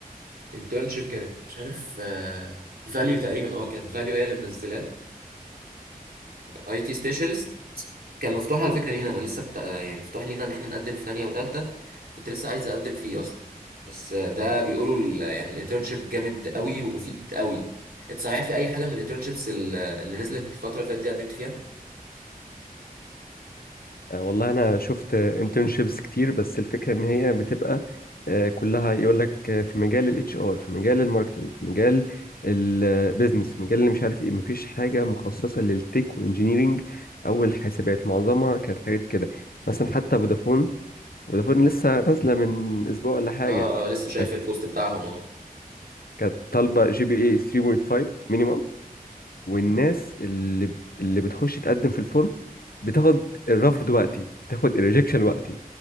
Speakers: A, on the right; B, on the left.
A: انترنشيب كانت مش عارف فاليو تقريبا اه كانت فاليو هي اللي منزلاه اي تي سبيشالست كان مفتوح على فكرة لينا انا لسه كنت آه، يعني مفتوح لينا ان احنا نقدم في تانية وتالتة كنت لسه عايز اقدم فيه اصلا بس آه، ده بيقولوا ال- يعني الانترنشيب جامد قوي ومفيد قوي انت صحيح في اي حاجة من الانترنشيبس اللي نزلت الفترة اللي فاتت دي قدمت فيها
B: آه، والله انا شفت انترنشيبس كتير بس الفكره ان هي بتبقى آه، كلها يقول لك في مجال الاتش ار في مجال الماركتنج في مجال البيزنس في مجال اللي مش عارف ايه مفيش حاجه مخصصه للتك وانجينيرينج او الحاسبات معظمها كانت حاجات كده مثلا حتى فودافون فودافون لسه نازله من اسبوع ولا حاجه
A: اه اه لسه شايف
B: كانت
A: البوست بتاعهم اه
B: كانت طالبه جي بي اي 3.5 مينيمم والناس اللي اللي بتخش تقدم في الفورم بتاخد الرفض وقتي بتاخد الريجكشن وقتي